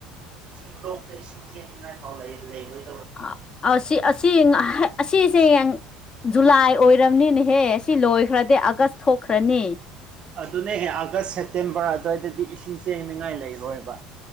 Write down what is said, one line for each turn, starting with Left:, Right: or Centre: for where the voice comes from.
Right: ꯁꯤꯡ ꯂꯣꯛꯇ ꯏꯁꯤꯡ ꯆꯦꯟꯅꯤꯡꯉꯥꯏ ꯐꯥꯎ ꯂꯩ ꯂꯩꯔꯣꯏ
Left: ꯑ ꯑꯁꯤ ꯑꯁꯤ ꯍꯩ ꯑꯁꯤꯁꯦ ꯌꯦꯡ ꯖꯨꯂꯥꯏ ꯑꯣꯏꯔꯝꯅꯤꯅꯦꯍꯦ ꯁꯤ ꯂꯣꯏꯈ꯭ꯔꯗꯤ ꯑꯥꯒꯁ ꯊꯣꯛꯈ꯭ꯔꯅꯤ
Right: ꯑꯗꯨꯅꯦ ꯑꯦ ꯑꯥꯒꯁ ꯁꯦꯞꯇꯦꯝꯕꯔ ꯑꯗ꯭ꯋꯥꯏꯗꯗꯤ ꯏꯁꯤꯡ ꯆꯦꯅꯤꯉꯥꯏ ꯂꯩꯔꯣꯏꯕ